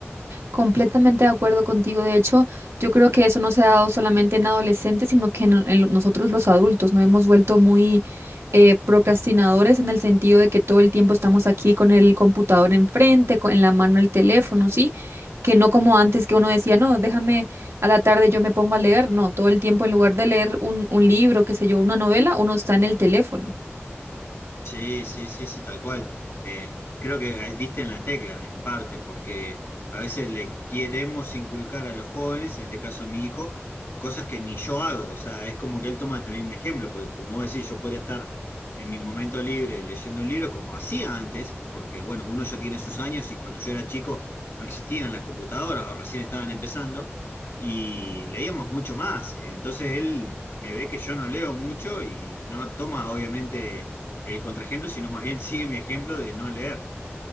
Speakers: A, on the right; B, on the left.
A: Completamente de acuerdo contigo. De hecho, yo creo que eso no se ha dado solamente en adolescentes, sino que en- en lo- nosotros los adultos nos hemos vuelto muy eh, procrastinadores en el sentido de que todo el tiempo estamos aquí con el computador enfrente, con, en la mano el teléfono, ¿sí? Que no como antes que uno decía, no, déjame a la tarde yo me pongo a leer. No, todo el tiempo en lugar de leer un, un libro, qué sé yo, una novela, uno está en el teléfono.
B: Sí, sí, sí, sí, tal cual. Eh, creo que ahí diste en la tecla, en parte, porque a veces le queremos inculcar a los jóvenes, en este caso a mi hijo, cosas que ni yo hago. O sea, es como que él toma también mi ejemplo, porque como vos decís, yo podría estar en mi momento libre leyendo un libro como hacía antes, porque bueno, uno ya tiene sus años y cuando yo era chico no existían las computadoras o recién estaban empezando y leíamos mucho más. Entonces él me ve que yo no leo mucho y no toma, obviamente el contraejemplo, sino más bien sigue mi ejemplo de no leer.